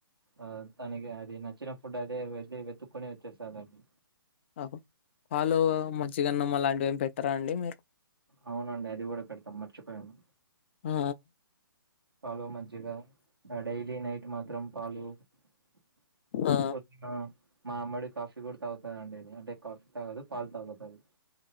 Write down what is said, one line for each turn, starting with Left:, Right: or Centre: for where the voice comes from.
Right: ఆ తనకి అది నచ్చిన ఫుడ్ అదే వెళ్ళి వెతుకొని వచ్చేస్తదండి
Left: అహో పాలు మజ్జిగన్నం అలాంటివి ఏమీ పెట్టరా అండి మీరు
Right: అవునండి అది కూడ పెడతాం మర్చిపోయాము
Left: ఆ
Right: పాలు మజ్జగా ఆ డైలీ నైట్ మాత్రం పాలు. <unintelligible>
Left: ఆ
Right: మా అమ్మడి కాఫీ కూడ తాగుతతుద అండిది అంటే కాఫీ తాగదు పాలు తాగుతది